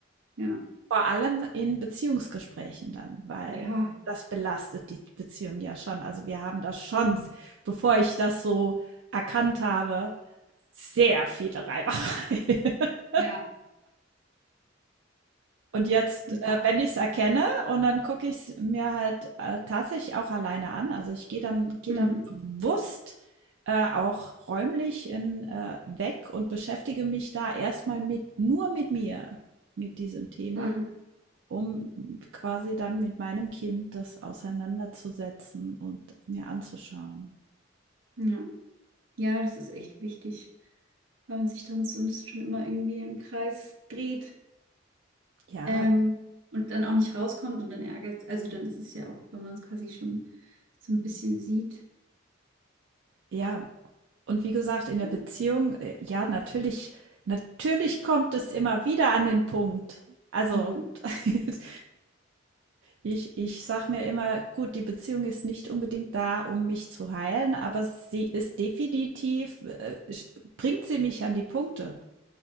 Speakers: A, on the right; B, on the right.
A: ja,
B: Vor allem in Beziehungsgesprächen dann, weil
A: ja,
B: das belastet die Beziehung ja schon. Also wir haben das schon, bevor ich das so erkannt habe, sehr viele Reibereien. <laughs>
A: ja,
B: Und jetzt,
A: ja,
B: äh, wenn ich es erkenne und dann gucke ich es mir halt, äh, tatsächlich auch alleine an. Also, ich gehe dann gehe
A: hm,
B: dann bewusst, äh, auch räumlich in äh, weg und beschäftige mich da erstmal mit nur mit mir, mit diesem Thema,
A: hm,
B: um quasi dann mit meinem Kind das auseinanderzusetzen und mir anzuschauen.
A: ja. Ja, das ist echt wichtig, weil man sich dann sonst schon immer irgendwie im Kreis dreht,
B: Ja,
A: ähm, und dann auch nicht rauskommt und dann ärgert Also dann ist es ja auch, wenn man es quasi schon so ein bisschen sieht.
B: ja. Und wie gesagt, in
A: Ja,
B: der Beziehung, äh, ja, natürlich natürlich kommt es immer wieder an den Punkt. Also,
A: hm,
B: <laughs> ich, ich sage mir immer, gut, die Beziehung ist nicht unbedingt da, um mich zu heilen, aber sie ist definitiv, äh, sch- bringt sie mich an die Punkte,